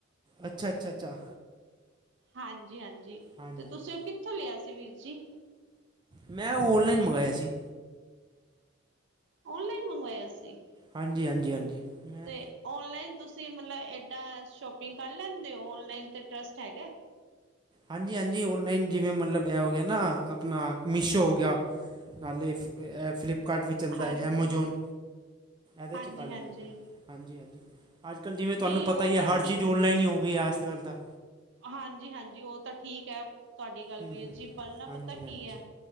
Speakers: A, on the right; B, on the right.
A: ਅੱਛਾ-ਅੱਛਾ-ਅੱਛਾ।
B: ਹਾਂਜੀ-ਹਾਂਜੀ,
A: ਹਾਂਜੀ
B: ਤੇ ਤੁਸੀਂ ਉਹ ਕਿੱਥੋਂ ਲਿਆ ਸੀ ਵੀਰ ਜੀ?
A: ਮੈਂ ਔਨਲਾਈਨ ਮੰਗਾਇਆ ਸੀ।
B: ਔਨਲਾਈਨ ਮੰਗਵਾਇਆ ਸੀ?
A: ਹਾਂਜੀ ਹਾਂਜੀ ਹਾਂਜੀ ਮੈਂ
B: ਤੇ ਔਨਲਾਈਨ ਤੁਸੀਂ ਮਤਲਬ ਏਡਾ ਸ਼ੋਪਿੰਗ ਕਰ ਲੈਂਦੇ ਓ, ਔਨਲਾਈਨ ਤੇ ਟਰਸਟ ਹੈਗਾ?
A: ਹਾਂਜੀ-ਹਾਂਜੀ, ਔਨਲਾਈਨ ਜਿਵੇਂ ਮਤਲਬ ਐ ਹੋਗਿਆ ਨਾ ਅਪਣਾ ਮੀਸ਼ੋ ਹੋਗਿਆ। ਨਾਲੇ ਫਲੀਪ ਫਲੀਪਕਾਰਟ ਵੀ ਚੱਲਦਾ
B: ਹਾਂਜੀ,
A: ਏ, ਐਮਾਜੋਨ ਐਦੇ
B: ਹਾਂਜੀ-ਹਾਂਜੀ।
A: 'ਚ ਕਰ ਲੈਂਨੇ ਆ। ਹਾਂਜੀ-ਹਾਂਜੀ, ਅੱਜ-ਕੱਲ ਜਿਵੇਂ ਤੁਹਾਨੂੰ
B: ਨਹੀਂ
A: ਪਤਾ
B: ਉਹ
A: ਈ ਆ
B: ਤਾਂ
A: ਹਰ ਚੀਜ਼ ਔਨਲਾਈਨ ਹੀ ਹੋਗੀ ਆ, ਅੱਜ-ਕੱਲ ਤਾ।
B: ਹਾਂਜੀ-ਹਾਂਜੀ, ਉਹ ਤਾ ਠੀਕ ਐ। ਤੁਹਾਡੀ ਗੱਲ
A: ਹੂੰ
B: ਵੀਰ
A: ਹੂੰ
B: ਜੀ ਪਹਿਲਾ
A: ਹਾਂਜੀ
B: ਪਤਾ ਕੀ
A: ਹਾਂਜੀ
B: ਐ,